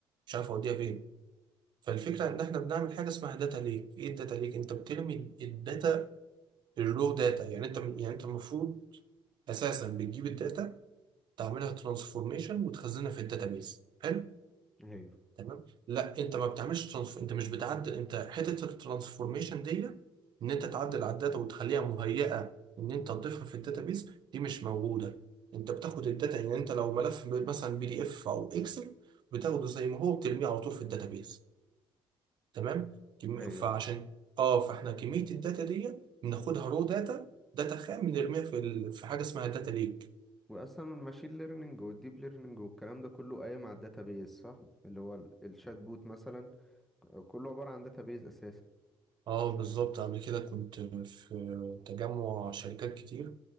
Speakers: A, on the right (about 50°); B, in the centre.
A: مش عارف أوديها فين فالفكرة إن إحنا بنعمل حاجة اسمها داتا ليك إيه الداتا ليك أنت بترمي الداتا الرو داتا يعني انت يعني انت المفروض اساسا بتجيب الداتا تعملها ترانسفورميشن وتخزنها في الداتابيس حلو
B: ايوه
A: تمام لا انت ما بتعملش ترانسف... انت مش بتعدل انت حته الترانسفورميشن دي ان انت تعدل على الداتا وتخليها مهيئه ان انت تضيفها في الداتابيس دي مش موجوده انت بتاخد الداتا يعني انت لو ملف مثلا بي دي اف او اكسل بتاخده زي ما هو بترميه على طول في الداتابيس تمام كم-
B: ايوه
A: فعشان اه فاحنا كميه الداتا دي بناخدها رو داتا داتا خام بنرميها في ال... في حاجه اسمها داتا ليك
B: واصلا الماشين ليرنينج والديب ليرنينج والكلام ده كله قايم على الداتابيز صح اللي هو ال- الشات بوت مثلا كله عباره عن داتابيز اساسا
A: اه بالظبط قبل كده كنت في تجمع شركات كتير